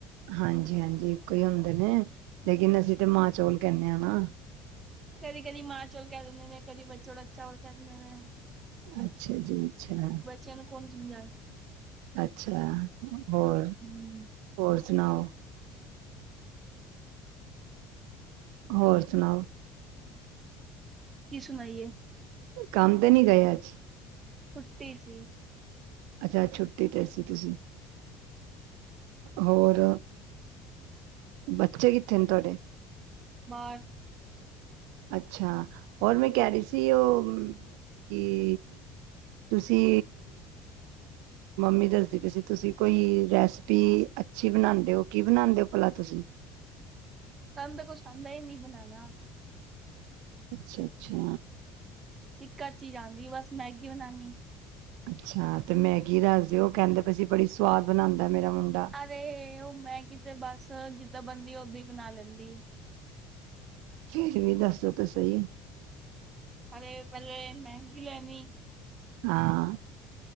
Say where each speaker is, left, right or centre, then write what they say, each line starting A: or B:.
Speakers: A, on the right; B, on the right.
A: ਹਾਂਜੀ ਹਾਂਜੀ। ਇੱਕੋ ਇ ਹੁੰਦੇ ਨੇ ਲੇਕਿਨ ਅਸੀ ਤੇ ਮਾਂ ਚੋਲ ਕੇਂਨੇ ਆ ਨਾ।
B: ਕਦੀ ਕਦੀ ਮਾਂ ਚੋਲ ਕੈ ਦੇਂਦੇ ਨੇ ਕਦੀ ਬੱਚ ਉੜਦ ਚਾਵਲ ਕੈ ਦੇਂਦੇ ਨੇ।
A: ਅੱਛਾ ਜੀ। ਅੱਛਾ।
B: ਚਲੋ, ਕੋਨ ਸਮਝਾਏ?
A: ਅੱਛਾ ਹੋਰ,
B: ਹੂੰ
A: ਹੋਰ ਸਨਾਓ। ਹੋਰ ਸੁਨਾਓ?
B: ਕੀ ਸੁਨਾਈਏ?
A: ਕੰਮ ਤੇ ਨਈ ਗਏ ਅੱਜ।
B: ਛੁੱਟੀ ਸੀ।
A: ਅੱਛਾ, ਅੱਜ ਛੁੱਟੀ ਤੇ ਸੀ ਤੁਸੀ। ਹੋਰ, ਬੱਚੇ ਕਿੱਥੇ ਨੇ ਤੁਆਡੇ?
B: ਬਾਰ।
A: ਅੱਛਾ। ਹੋਰ ਮੈਂ ਕੈ ਰੀ ਸੀ ਓ ਕਿ ਤੁਸੀ ਮਾਮੀ ਦੱਸਦੀ ਪਈ ਸੀ, ਤੁਸੀ ਕੋਈ ਰੈਸਪੀ ਅੱਛੀ ਬਨਾਂਦੇ ਓ। ਕੀ ਬਨਾਂਦੇ ਓ ਭਲਾ ਤੁਸੀ?
B: ਸਾਨ ਤਾਂ ਕੁਛ ਆਂਦਾ ਈ ਨਈ ਬਨਾਨਾ।
A: ਅੱਛਾ ਅੱਛਾ।
B: ਇੱਕ ਅਧ ਚੀਜ ਆਂਦੀ ਏ ਬਸ ਮੈਗੀ ਬਨਾਨੀ।
A: ਅੱਛਾ। ਤੇ ਮੈਗੀ ਦੱਸ ਦੇਓ ਕੈਂਦੇ ਪਏ ਸੀ ਬੜੀ ਸਵਾਦ ਬਨਾਂਦਾ ਮੇਰਾ ਮੁੰਡਾ।
B: ਅਰੇ, ਓ ਮੈਂਗੀ ਤੇ ਬਸ ਜਿੱਦਾਂ ਬਨਦੀ ਓਦਾਂ ਈ ਬਨਾ ਲੈਂਦੀ।
A: ਫੇਰ ਵੀ ਦੱਸੋ ਤੇ ਸਈ।
B: ਅਰੇ ਪੈਲੇ ਮੈਗੀ ਲੈਨੀ।
A: ਹਾਂ।